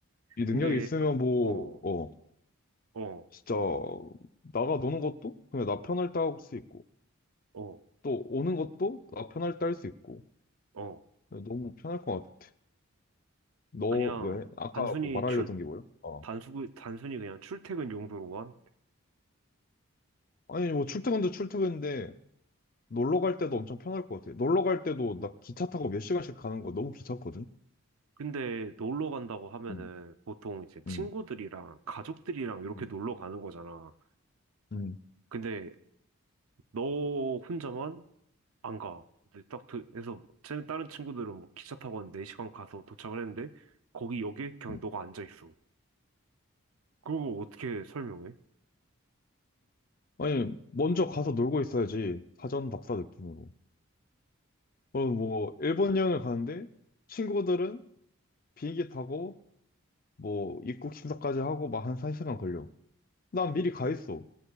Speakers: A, on the left (about 40°); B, on the right (about 75°).
A: 이 능력이
B: 근데,
A: 있으면 뭐,
B: 어, 어,
A: 어,
B: 어,
A: 진짜 나가 노는 것도 그냥 나 편할 때 할 수 있고
B: 어.
A: 또 오는 것도 나 편할 때 할 수 있고
B: 어.
A: 너무 편할 것 같아. 너
B: 그냥
A: 왜? 아까
B: 단순히
A: 뭐 말하려던
B: 출,
A: 게 뭐야? 어.
B: 단수, 단순히 그냥 출퇴근 용도로만?
A: 아니 뭐 출퇴근도 출퇴근인데 놀러 갈 때도 엄청 편할 것 같아. 놀러 갈 때도 나 기차 타고 몇 시간씩 가는 거 너무 귀찮거든.
B: 근데 놀러 간다고 하면은
A: 음.
B: 보통 이제 친구들이랑
A: 음.
B: 가족들이랑 이렇게
A: 음.
B: 놀러 가는 거잖아.
A: 음.
B: 근데 너 혼자만 안 가. 근데 딱 그, 그래서 쟤- 다른 친구들은 뭐 기차 타고 한 4시간 가서 도착을 했는데 거기 역에 그냥
A: 음.
B: 너가 앉아 있어. 그걸 어떻게 설명해?
A: 아니 먼저 가서 놀고 있어야지 사전답사 느낌으로. 어, 뭐 일본 여행을 가는데 친구들은 비행기 타고 뭐 입국 심사까지 하고 막 한 1시간 걸려. 난 미리 가 있어.